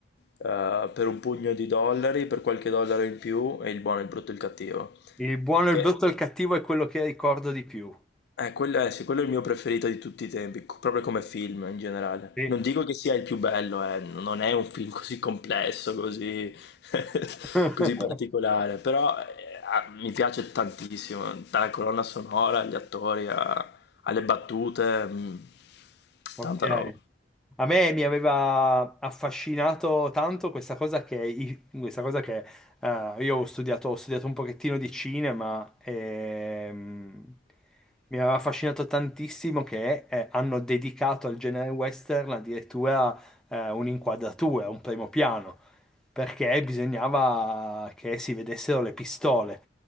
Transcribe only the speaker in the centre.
Il buono,
il brutto e il cattivo è quello che ricordo di più.
Sì.
<laughs>
Ok.
A me mi aveva affascinato tanto questa cosa che, i- questa cosa che eh, io ho studiato, ho studiato un pochettino di cinema e mi aveva affascinato tantissimo che eh, hanno dedicato al genere western addirittura eh, un'inquadratura, un primo piano, perché bisognava che si vedessero le pistole.